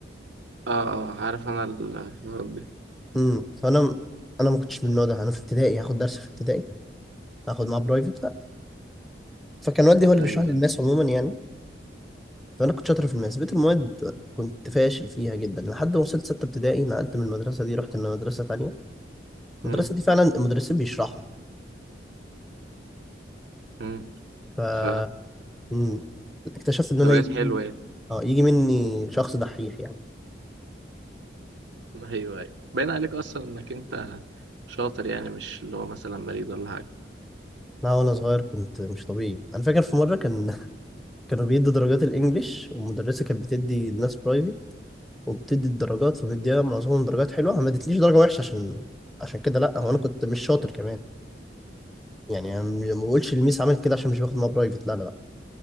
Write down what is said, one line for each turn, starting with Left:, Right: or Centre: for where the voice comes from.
Right: اه اه عارف انا الحوارات دي
Centre: امم فانا انا ما كنتش من النوع ده انا في ابتدائي هاخد درس في ابتدائي هاخد معاه برايفت لا فكان والدي هو اللي
Right: ايوه
Centre: بيشرح لي الماس عموما يعني فانا كنت شاطر في الماس بقيت المواد كنت فاشل فيها جدا لحد ما وصلت سته ابتدائي نقلت من المدرسه دي رحت لمدرسه تانية المدرسه
Right: امم
Centre: دي فعلا المدرسين بيشرحوا
Right: امم
Centre: ف
Right: ف
Centre: مم، اكتشفت ان انا
Right: فبقت
Centre: يجي
Right: حلوة يعني
Centre: اه يجي مني شخص دحيح يعني
Right: ايوه ايوه باين عليك اصلا انك انت شاطر يعني مش اللي هو مثلا بليد ولا حاجه
Centre: لا وانا صغير كنت مش طبيعي انا فاكر في مره كان كانوا بيدوا درجات الانجليش والمدرسه كانت بتدي الناس برايفي وبتدي الدرجات فمديها معظمهم درجات حلوه ما ادتليش درجه وحشه عشان عشان كده لا هو
Right: مم.
Centre: انا كنت مش شاطر كمان يعني أنا م- ما بقولش الميس عملت كده عشان مش باخد معاها برايفت لا لا لا